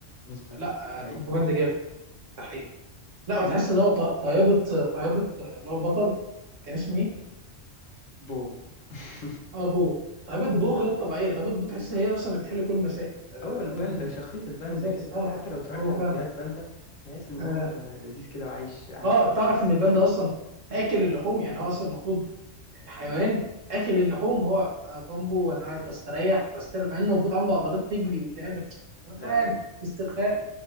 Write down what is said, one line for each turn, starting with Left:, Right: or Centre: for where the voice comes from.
Left: مظبوط
Right: لا
Left: ده حقيقي
Right: آه، كونتروباند جامد ده حقيقي لا
Left: كان
Right: وتحس
Left: في
Right: ان هو ط- طيابة طيابة آه، اللي هو البطل كان اسمه ايه؟
Left: بو <laughs>
Right: اه بو طيابة
Left: بو
Right: بو غير طبيعية طيابة بو تحس هي اصلا اللي بتحل كل المسائل آه،
Left: هو الباندا
Right: طيابة بو
Left: شخصية الباندا
Right: بالظبط
Left: كده انت
Right: اه
Left: حتى لو اتفرجت
Right: هو
Left: على
Right: فعلا
Left: فيديوهات باندا تحس ان
Right: اه
Left: هو لذيذ كده وعايش عايش
Right: آه،
Left: وخلاص
Right: تعرف ان البان ده اصلا اكل اللحوم يعني هو اصلا المفروض حيوان اكل اللحوم هو بامبو وانا قاعد بستريح بستر مع انه المفروض عنده عضلات تجري وتعمل هو انا
Left: لا
Right: قاعد
Left: لا
Right: استرخاء